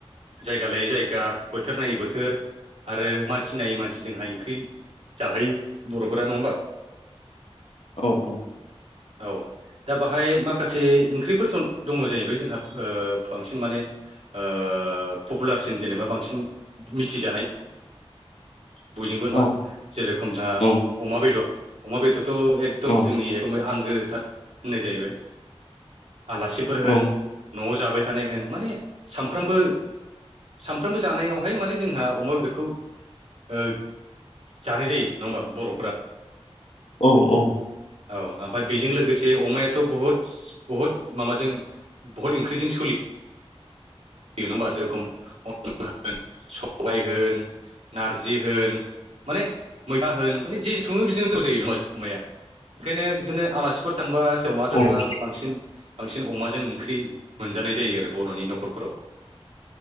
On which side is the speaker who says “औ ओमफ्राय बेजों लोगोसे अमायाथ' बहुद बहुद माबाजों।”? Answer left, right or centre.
Right